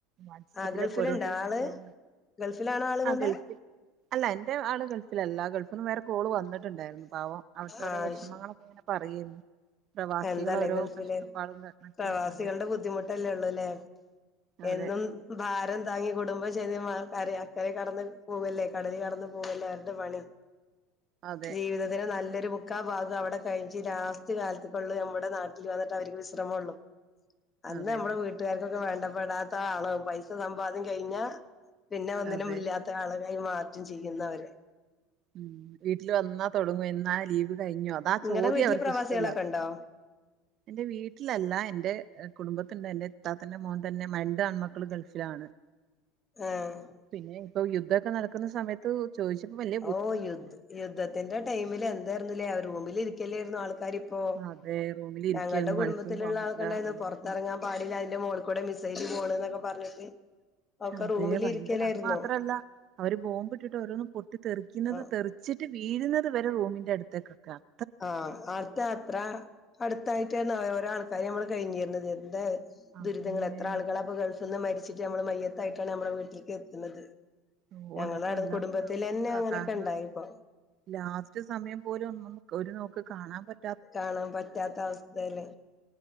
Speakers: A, on the right; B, on the left.
A: വാട്സപ്പിലൊക്കെ
B: ആഹ് ഗൾഫിലുണ്ടോ
A: ഓരോരുത്തരും
B: ആള്
A: അപ്പയൂണ്ട്
B: ഗൾഫിലാണോ ആളുകളുടെ
A: ആ ഗൾഫിൽ അല്ല എന്റെ ആള് ഗൾഫിലല്ല. ഗൾഫിന്ന് വേറെ കോള് വന്നിട്ടുണ്ടായിരുന്നു പാവം അവിടത്തെ ഓരോ
B: ആഹ്
A: വിഷമങ്ങളൊക്കെ പ പറയേന്ന് പ്ര വാസികളെ
B: എന്താലേ
A: ഓരോ
B: ഗൾഫില്
A: കഷ്ടപ്പാടും മറ്റും
B: പ്രവാസികളുടെ
A: അതെ
B: ബുദ്ധിമുട്ടല്ലേ ഉള്ളൂല്ലേ
A: അതെ
B: എന്നും ഭാരം താങ്ങി കുടുംബം ചെയ്ത് കരയാക്കരിം കടന്ന് പോവല്ലേ കടല് കടന്ന് പോവല്ലേ അവരുടെ പണി
A: അതെ
B: ജീവിതത്തില് നല്ലൊരു മുക്കാല് ഭാഗവും അവിടെ കഴിച്ച് ലാസ്റ്റ് കാലത്ത് ഒള്ളൂ നമ്മുടെ നാട്ടിൽ വന്നിട്ട് അവർക്ക് വിശ്രമം ഒള്ളു അന്ന്
A: അതന്നെ
B: നമ്മുടെ വീട് വീട്ടുകാർക്കൊക്കെ വേണ്ടപ്പെടാത്ത ആളാകും പൈസ സമ്പാദ്യം കഴിഞ്ഞാ പിന്നെ ഒന്നിനും
A: അതെ
B: ഇല്ലാത്ത ആളകായി മാറ്റം ചെയ്യുന്നവരെ
A: ഉം വീട്ടില് വന്നാ തുടങ്ങൂ എന്ന ആഹ ലീവ് കഴിഞ്ഞോ അതാ
B: നിങ്ങളടെ
A: ചോദ്യം
B: വീട്ടില്
A: അവർക്ക്
B: പ്രവാസികളൊക്കെ
A: ഇഷ്ടമല്ലാത്ത
B: ഉണ്ടോ
A: എന്റെ വീട്ടിലല്ല എന്റെ കുടുംബത്തിണ്ട് എന്റെ ഇത്താത്തന്റെ മോൻ തന്നെ രണ്ട് ആൺമക്കൾ ഗൾഫിലാണ് !!
B: ആഹ്
A: പിന്നെ ഇപ്പൊ യുദ്ധക്കെ നടക്കുന്ന സമയത്ത് ചോദിച്ചപ്പോ വല്യ
B: ഓഹ് യുദ് യുദ്ധത്തിന്റെ ടൈമില് എന്തായിരുന്ന്ല്ലേ അവർ റൂമിൽ ഇരിക്കലോയിരുന്നോ ആൾക്കാര് അപ്പോ
A: അതെ റൂമിൽ ഇരിക്കായിരുന്നു
B: ഞങ്ങളുടെ കുടുംബത്തിലുള്ള
A: പണിക്കും പോകാൻ പറ്റില്ല
B: ആൾക്കണ്ടായിരുന്നു
A: അല്ലാത്ത
B: പുറത്തിറങ്ങാൻ പാടില്ല അയിന്റെ മോൾ കൂടെ മിസൈലൽ പോണ് എന്നൊക്കെ പറഞ്ഞിട്ട് ഒക്കെ
A: അതെ
B: റൂമിൽ
A: ഭയങ്കര
B: ഇരിക്കലായിരുന്നു
A: അത് മാത്രല്ല അവര് ബോംബ് ഇട്ടിട്ട് ഓരോന്ന് പൊട്ടിത്തെെറിക്കുന്നത്
B: ആ
A: തെറിച്ചിട്ട് വീഴുന്നത് വരെ റൂമിന്റെ അടുത്തേകൊക്കെ ആണ്
B: ആഹ് അത് അത്ര അടുത്തായിട്ട് ഓരോ ആൾക്കാർ നമ്മൾ കഴിഞ്ഞിരുന്നത് എന്താ
A: അങ്ങനെ
B: ദുരിതങ്ങൾ എത്ര ആളുകളാ ഇപ്പൊ ഗൾഫ് ന്ന് മരിച്ചിട്ട് നമ്മൾ മയ്യത്തായിട്ടാണ് നമ്മടെ വീട്ടിലേക്ക് എത്തുണത്
A: ഓഹ്
B: ഞങ്ങള
A: അതൊക്കെ
B: അടുത്ത്
A: വല്ലാത്തൊരവസ്ഥ
B: കുടുംബത്തിലെന്നെ അങ്ങനെയൊക്കെ
A: കാരണം
B: ഉണ്ടായിപ്പൊ
A: ലാസ്റ്റ് സമയം പോലും ഒ ഒരു നോക്ക് കാണാൻ പറ്റ
B: കാണാൻ പറ്റാത്ത അവസ്ഥല്ലേ